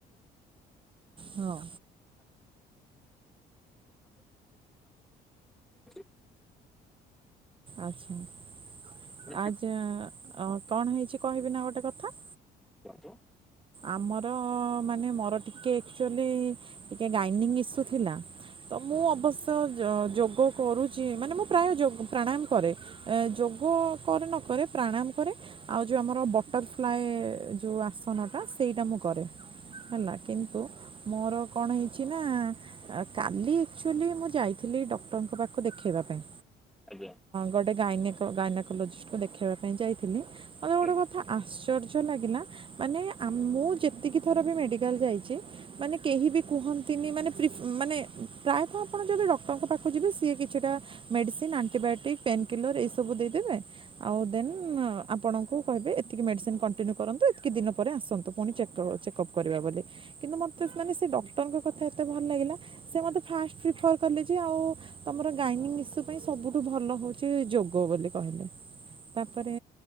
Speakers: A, on the right (about 30°); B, in the centre.
A: ହଁ
B: <unintelligible> <inaudible>
A: ଆଚ୍ଛା
B: ଆଜ୍ଞା
A: ଆଜା କଣ ହେଇଛି କହିବି ନା ଗୋଟେ କଥା।
B: କୁହନ୍ତୁ?
A: ଆମର ମାନେ ମୋର ଟିକେ ଆକ୍ଚୁଆଲି ଟିକେ ଗାଇନିଙ୍ଗ ଇସୁ ଥିଲା। ତ ମୁଁ ଅବଶ୍ୟ ଯୋଗ କରୁଛି ମାନେ ମୁଁ ପ୍ରାୟ ଯୋଗ ପ୍ରାଣାୟାମ କରେ। ଏ ଯୋଗ କରେ ନ କରେ ପ୍ରାଣାୟାମ କରେ ଆଉ ଯୋଉ ଆମର ବଟରଫ୍ଲାଏ ଯୋଉ ଆସନଟା ସେଇଟା ମୁଁ କରେ ହେଲା କିନ୍ତୁ ମୋର କଣ ହେଇଛି ନା? କାଲି ଆକ୍ଚୁଆଲି ମୁଁ ଯାଇଥିଲି ଡକ୍ଟରଙ୍କ ପାଖକୁ ଦେଖେଇବା ପାଇଁ
B: ଆଜ୍ଞା।
A: ଗୋଟେ ଗାଇନାକ୍ ଗାଇନାକୋଲୋଜିଷ୍ଟକୁ ଦେଖେଇବା ପାଇଁ ଯାଇଥିଲି।
B: ହୁଁ।
A: ଗୋଟେ କଥା ଆଶ୍ଚର୍ଯ୍ୟ ଲାଗିଲା ମାନେ ମୁଁ ଯେତିକି ଥର ବି ମେଡ଼ିକାଲ ଯାଇଛି ମାନେ କେହି ବି କୁହନ୍ତିନି ମାନେ ପ୍ରି ମାନେ ପ୍ରାୟତଃ ଆପଣ ଯଦି ଡକ୍ଟରଙ୍କ ପାଖକୁ ଯିବେ ସିଏ କିଛିଟା ମେଡ଼ିସିନ, ଆଣ୍ଟିବାୟୋଟିକ୍, ପେନ୍ କିଲର ଏଇ ସବୁ ଦେଇଦେବେ ଆଉ ଦେନ୍ ଆପଣଙ୍କୁ କହିବେ ଏତିକି ମେଡ଼ିସିନ୍ କଣ୍ଟିନ୍ୟୁ କରନ୍ତୁ ଏତିକି ଦିନ ପରେ ଆସନ୍ତୁ ପୁଣି ଚେକ୍ଅପ୍ ଚେକ୍ଅପ୍ କରିବା ବୋଲି କିନ୍ତୁ ମୋତେ ମାନେ ସେ ଡକ୍ଟରଙ୍କ କଥା ଏତେ ଭଲ ଲାଗିଲା ସେ ମୋତେ ଫାଷ୍ଟ ପ୍ରିଫର୍ କଲେ ଯେ ଆଉ ତମର ଗାଇନିଂ ଇଶୁ ପାଇଁ ସବୁଠୁ ଭଲ ହଉଛି ଯୋଗ ବୋଲି କହିଲେ। ତାପରେ